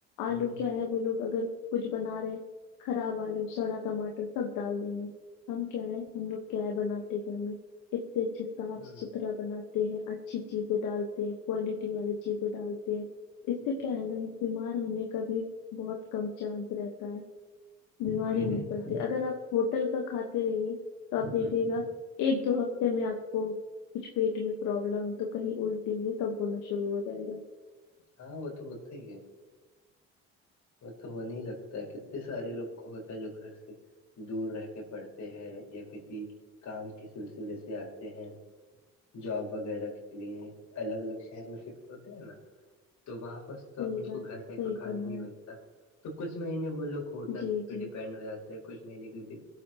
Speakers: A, on the left; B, on the left.
A: آلو
B: ہ
A: کیا ہے وہ لوگ اگر کچھ بنا رہے خراب آلو سڑا ٹماٹر سب ڈال دیں گے ہم کیا ہے ہم لوگ کیا ہے بناتے گھر میں اتنے اچھے صاف
B: ہ
A: ستھرا بناتے ہیں اچھی چیزیں ڈالتے ہیں کوالٹی والی چیزیں ڈالتے ہیں اس
B: ہ
A: سے کیا ہے نا بیمار ہونے کا بھی بہت کم چانس رہتا ہے بیماری
B: وہی
A: نہیں
B: رہتا
A: پڑتی
B: ہے نا
A: اگر آپ ہوٹل کا کھاتے رہیے تو آپ دیکھیے
B: ہ
A: گا ایک دو ہفتے میں آپ کو کچھ پیٹ میں پروابلم تو کہیں الٹیں گے تب ہونا شروع ہو جائے گا
B: ہاں ہو تو ہوت ہی ہے وہ تو ہونے لگتا ہے کتنے سارے لوگ کو ہوتا ہے جو گھر سے دور رہ کے پڑتے ہیں یا کسی کام کے سلسلے سے آتے ہیں جاب وغیرہ کے لیے الگ الگ شہر میں شفٹ ہوتے ہیں نا تو وہاں پرس تو
A: صحیح
B: اب بالکل
A: بات
B: گھر ٹائپ
A: صحیح
B: کا کھا
A: فرمایا
B: نہیں بلتے تو کچھ مہینے وہ لوگ ہوٹل
A: جی
B: پہ
A: جی
B: ڈیپینڈ ہو جاتے ہیں کچھ مہینے کے